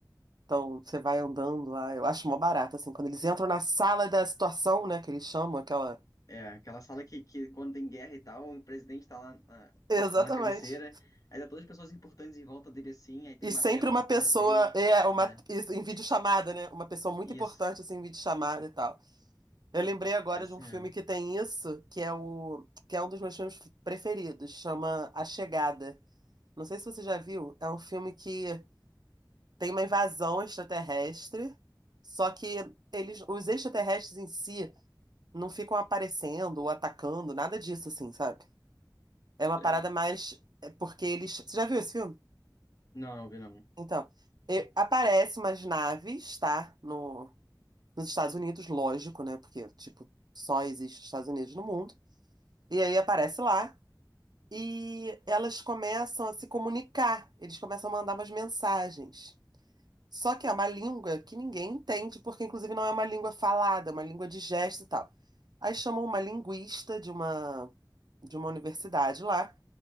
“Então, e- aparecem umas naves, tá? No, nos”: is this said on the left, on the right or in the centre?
Right